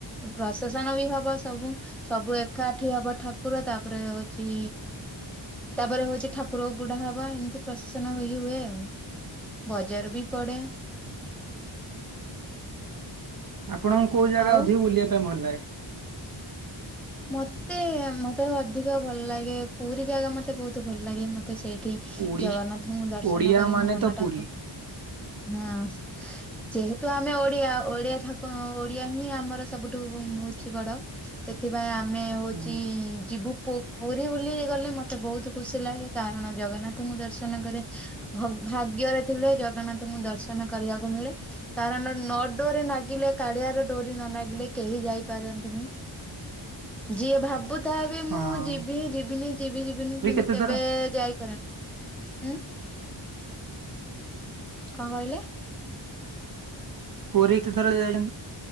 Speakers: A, in the centre; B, on the right.
A: ପ୍ରଶାସନ ବି ହବ ସବୁ ସବୁ ଏକାଠି ହବ ଠାକୁର ତାପରେ ହଉଛି। ତାପରେ ହଉଛି ଠାକୁର ବୁଢା ହବା ଏମିତି ପ୍ରଶସନ ହେଇକି ହୁଏ ଆଉ। ବଜାର ବି ପଡେ।
B: ଆପଣଙ୍କୁ କୋଉ ଜାଗା
A: ଆଉ
B: ଅଧିକ ବୁଲିବା ପାଇଁ ଭଲ ଲାଗେ?
A: ମତେ ମତେ ଅଧିକ ଭଲ ଲାଗେ ପୁରୀ ଜାଗା ମତେ ବହୁତ ଭଲ ଲାଗେ ମତେ ସେଇଠି
B: ଓଡି
A: ଜଗନ୍ନାଥଙ୍କୁ ଦର୍ଶନ
B: ଓଡିଆ
A: କରି
B: ମାନେ
A: ମୋ ମନ
B: ତ ପୁରୀ।
A: ଟାକୁ ହଁ। ଯେହେତୁ ଆମେ ଓଡିଆ ଓଡିଆ ଠାକୁ ଓଡିଆ ହିଁ ଆମର ସବୁଠୁ ହଉଛି ବଡ। ସେଥିପାଇଁ ଆମେ ହଉଚି
B: ହୁଁ।
A: ଯିବୁ ପୁରୀ ବୁଲି ଗଲେ ମତେ ବହୁତ ଖୁସି ଲାଗେ କାରଣ ଜଗନ୍ନାଥଙ୍କୁ ଦର୍ଶନ କରେ। ଭାଗ୍ୟରେ ଥିଲେ ଜଗନ୍ନାଥଙ୍କୁ ଦର୍ଶନ କରିବାକୁ ମିଳେ। କାରଣ ନ ଡୋରି ନାଗିଲେ କାଳିଆର ଡୋରି ନ ନାଗିଲେ କେହି ଯାଇପାରନ୍ତିନି। ଯିଏ ଭାବୁ ତାହା ବି
B: ହଁ
A: ମୁଁ ଯିବି ଯିବିନି ଯିବି ଯିବିନି
B: ପୁରୀ
A: କିନ୍ତୁ
B: କେତେ
A: କେବେ
B: ଥର
A: ଯାଇପାରନି। ଉଁ। କଣ କହିଲେ?
B: ପୁରୀ କେତେଥର ଯାଇ